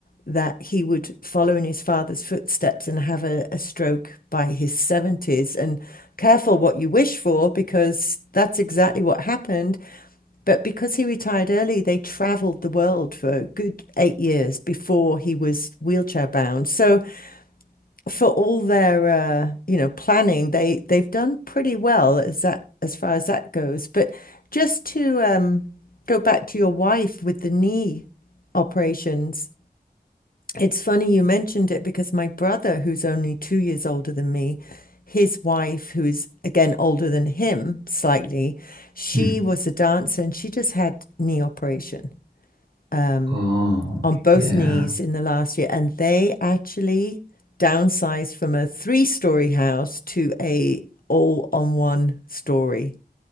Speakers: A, on the left; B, on the right.
A: that he would follow in his father's footsteps and have a, a stroke by his 70s. And careful what you wish for, because that's exactly what happened. But because he retired early, they traveled the world for a good eight years before he was wheelchair bound. So for all their uh, you know, planning, they they've done pretty well as that as far as that goes. But just to um go back to your wife with the knee operations, it's funny you mentioned it because my brother, who's only two years older than me, his wife, who is again older than him slightly, she
B: mhm.
A: was a dancer and she just had knee operation um,
B: Oh,
A: on both
B: yeah.
A: knees in the last year. And they actually downsized from a three-story house to a all on one story